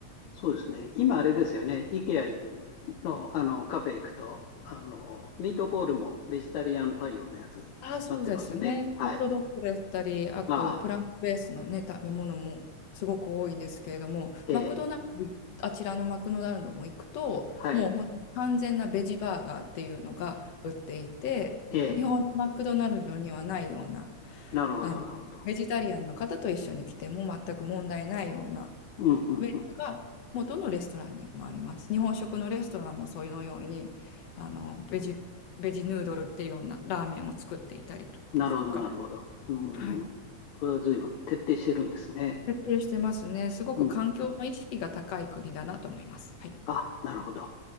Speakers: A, on the left (about 80°); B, on the left (about 60°).
A: そうですね。今あれですよね。IKEA の、あのカフェ行くと、あの、ミートボールもベジタリアン対応のやつになってますね。
B: ああ、そうですね。
A: はい。
B: ホットドッグだったり、あとプラントベースのね、
A: ああ、
B: 食べ物もすごく多いんですけれども、
A: ええ、
B: マクドナルドい、あちらのマクドナルドも行くと、
A: はい、
B: もう本当に完全なベジバーガーっていうのが売っていて、
A: ええ、
B: 日本のマクドナルドにはないような、
A: なるほど、
B: あの、
A: なるほど。
B: ベジタリアンの方と一緒に来ても全く問題ないような
A: うん、うん、
B: メニューがもうどのレストランにもあります。
A: う
B: 日本食のレストランもそういうのようにあのベジ、ベジヌードルっていうようなラーメンを作っていたりとですとか、
A: ん。なるほど、なるほど。うん。
B: はい、
A: これは随分徹底してるんですね。
B: 徹底してますね。すごく環境の意識が高い国だなと思います。
A: うん。
B: はい
A: あ、なるほど。